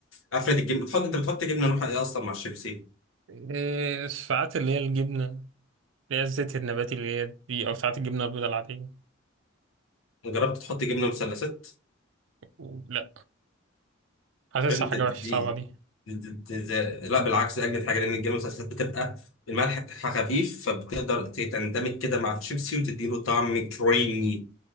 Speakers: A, on the left; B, on the right.
A: افرد الجبنه بتحط انت بتحط جبنه نوعها ايه اصلا مع الشيبسي
B: إيه، ساعات اللي هي الجبنة اللي هي الزيت النباتي اللي هي دي أو ساعات الجبنة البيضاء العادية
A: جربت تحط جبنه مثلثات
B: و- لا حاسسها
A: فين
B: حاجة
A: دي, دي,
B: وحشة صعبة دي
A: دي, دي, دي, لا بالعكس دي اجمد حاجه لان الجبنه المثلثات بتبقى الملح بتاعها خفيف فبتقدر تندمج كده مع الشيبسي وتديله طعم كريمي